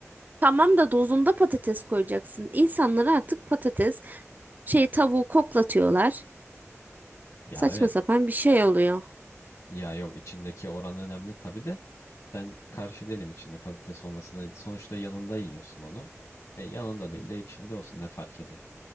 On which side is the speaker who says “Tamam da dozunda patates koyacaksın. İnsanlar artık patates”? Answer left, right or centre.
Right